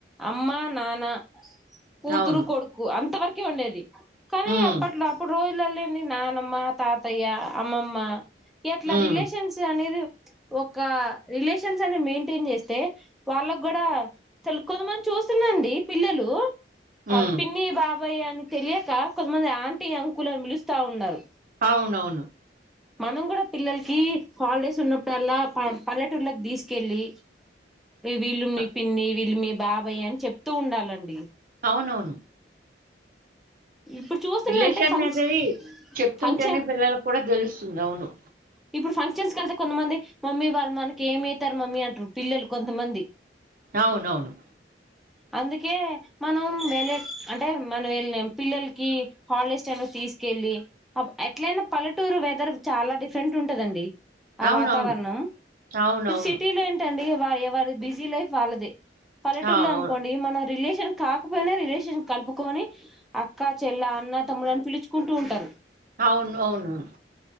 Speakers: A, in the centre; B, on the right.
A: అమ్మ నాన్న కూతురు
B: అవును.
A: కొడుకు అంత వరకు కే ఉండేది. కానీ
B: హ్మ్.
A: అప్పట్లో అప్పుడు రోజు ఇల్లల్లో ఏంది నానమ్మ తాతయ్య అమ్మమ్మ అట్లా
B: హ్మ్.
A: రిలేషన్స్ అనేది ఒక రిలేషన్స్ అని మెయింటైన్ చేస్తే వాళ్ళకి కూడా తెలు కొంతమంది చూస్తున్నాండి పిల్లలు
B: హ్మ్.
A: ఆ పిన్ని బా బ్బయ అని తెలియక కొంతమంది ఆంటీ అంకులని పిలుస్తా ఉన్నారు.
B: అవునవును.
A: మనం కూడా పిల్లలకి హాలిడేస్ ఉన్నప్పుడల్లా పై పల్లెటూర్లకి తీసుకెళ్ళి వీళ్ళు మీ
B: అ
A: పిన్ని వీళ్ళు మీ బాబాయ అని చెప్తూ ఉండాలండి.
B: అవునవును
A: ఇప్పుడు చూస్తున్నా
B: రిలేషన్
A: అంటే ఫంక్షన్
B: అది చెప్తుంటేనే
A: ఫంక్షన్
B: పిల్లలకు కూడా తెలుస్ అవును
A: ఇప్పుడు ఫంక్షన్స్ కెళ్తే కొంతమంది మమ్మీ వాళ్ళు మనకి ఏమైతారు మమ్మీ అంటరు పిల్లలు కొంతమంది
B: అవునవును
A: అందుకే మనం వెళ్ళే అంటే మనం వెళ్ళిన పిల్లలకి హాలిడేస్ టైమ్ లో తీసుకెళ్ళి ఎట్లయినా పల్లెటూరు వెదర్ చాలా డిఫరెంట్ ఉంటదండి. ఆ
B: అవునవును.
A: వాతావరణం
B: అవునవును.
A: ఇ సిటీలో ఏంటండి వా ఎవర్ బిజీ లైఫ్ వాళదే పల్లెటూర్లో
B: ఆ! అవును.
A: అనుకోండి మనం రిలేష షన్ కాకపోయినా రిలేషన్ కలుపుకొని అక్కా చెల్ల అన్న తమ్ముని పిలుచుకుంటూ ఉంటారు
B: అవును అవునువును